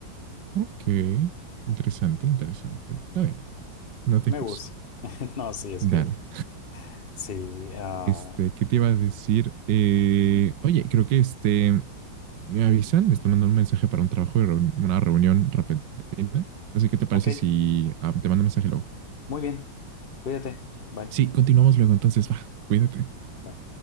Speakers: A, on the right; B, on the left.
A: Ok. Interesante, interesante. Está bien. No te
B: me
A: juzgo.
B: gusta. <laughs> No, sí, es
A: Dale.
B: que, sí. ah,
A: Este, ¿qué te iba a decir? Eh, oye, creo que este. Me avisan, me están mandando un mensaje para un trabajo de reun- una reunión repentina. Así que, ¿te parece
B: ok,
A: si ah, te mando un mensaje luego?
B: muy bien. Cuídate. Bye.
A: Sí, continuamos luego. Entonces, va, cuídate.
B: Bye.